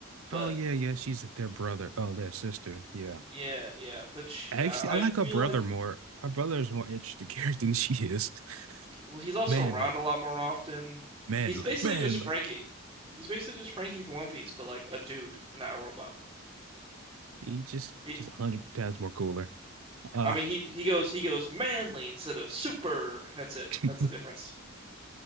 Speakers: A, on the right; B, on the right.
A: But
B: Oh yeah, yeah. She's their brother. Oh, their sister. Yeah.
A: yeah, yeah. But she,
B: Actually,
A: I
B: I like
A: I feel
B: her brother
A: like
B: more. Her brother is more interesting <laughs> character than she is. <laughs>
A: well, he's also
B: Manly,
A: around a lot more often.
B: manly,
A: He's basically
B: manly.
A: just Frankie. He's basically just Frankie from One Piece, but like a dude, not a robot.
B: He just
A: He,
B: just a hundred times more cooler. Uh
A: I mean, he he goes he goes manly instead of super. That's it.
B: <laughs>
A: That's the difference.